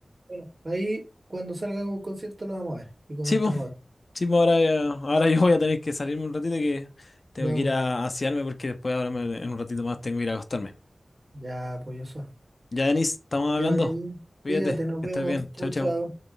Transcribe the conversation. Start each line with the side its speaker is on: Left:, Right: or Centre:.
Right: Bueno, ahí cuando salga un concierto lo vamos a ver y comentamos.
Left: Sí, pues. Sí, pues ahora, eh, ahora yo voy a tener que salirme un ratito que tengo
Right: Ya,
Left: que ir
Right: pues,
Left: a asearme porque después ahora me- en un ratito más tengo que ir a acostarme.
Right: ya, pues eso.
Left: Ya, Denis, estamos
Right: Que
Left: hablando.
Right: Te vaya bien.
Left: Cuídate,
Right: Cuídate, nos
Left: que
Right: vemos.
Left: estés bien.
Right: Chao,
Left: Chao, chao.
Right: chao.